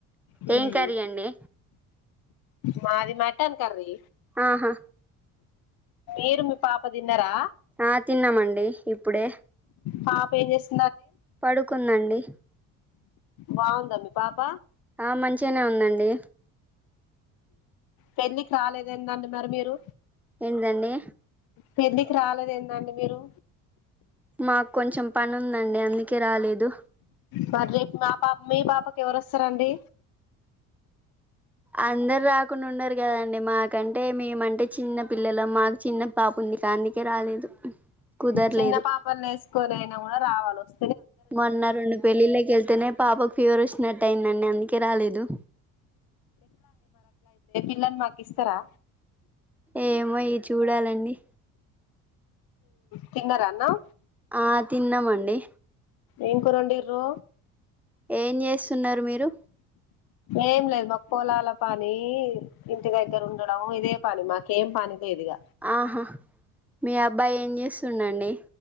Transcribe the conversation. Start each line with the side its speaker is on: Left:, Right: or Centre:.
Left: హ్మ్
Centre: ఏం కరీయండి
Left: మాది మటన్ కర్రీ
Centre: ఆహా
Left: ఏరు మీ పాప తిన్నరా
Centre: ఆ తిన్నామండి ఇప్పుడే
Left: పాపెం జేస్
Centre: పడుకుందండి
Left: బాగుంద మీ పాప
Centre: ఆ మంచిగానే ఉందండి
Left: పెళ్ళికి రాలేదు ఏంటండి మరి మీరు
Centre: ఏదండి
Left: పెళ్ళికి రాలేదు ఏందండి మీరు
Centre: మాకు కొంచెం పని ఉందండి అందుకే రాలేదు
Left: బర్డే మా పాప మీ పాపకి ఎవరోస్తరండి
Centre: అందరు రాకుండా ఉన్నారు కదండి మాకంటే మేమంటే చిన్న పిల్లలం మాకు చిన్న పాప ఉంది అందుకే రాలేదు కుదరలేదు
Left: చిన్న పాపన్ నేస్కొని గుడా రావల్ ఆరోజు
Centre: మొన్న రొండు పెళ్ళిళ్ళకెళ్తేనే పాపకు ఫీవర్ వచ్చినట్టు అయిందండి అందుకే రాలేదు
Left: మీ పిల్లని మాకిస్తరా
Centre: ఏమోయి చూడాలండి
Left: తిన్నార అన్నం
Centre: ఆ తిన్నామండి
Left: ఏం కుర్రొండిర్రు
Centre: ఏం చేస్తున్నారు మీరు
Left: ఏం లేదు మా పొలాల పని ఇంటి దగ్గర ఉండడం ఇదే పని మాకేం పని లేదు ఇగ
Centre: ఆహా మీ అబ్బాయి ఏం చేస్తుండు అండి